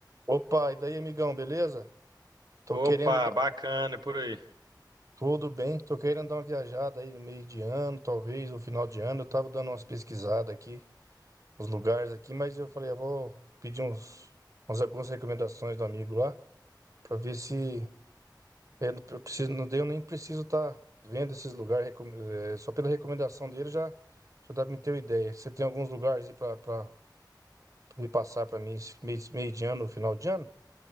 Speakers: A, on the right; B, on the right.
A: Opa, e daí, amigão, beleza? Tô
B: Opa,
A: querendo dar
B: bacana, e por aí.
A: tudo bem, tô querendo dar uma viajada aí no meio de ano, talvez, no final de ano. Eu tava dando umas pesquisadas aqui, uns lugares aqui, mas eu falei, eu vou pedir uns, uns- algumas recomendações do amigo lá, pra ver se eu não eu preciso, não deu, nem preciso estar vendo esses lugares, recom- eh, só pela recomendação dele já, já dá pra me ter uma ideia. Você tem alguns lugares aí pra, pra me passar pra mim esse meio, meio de ano, final de ano?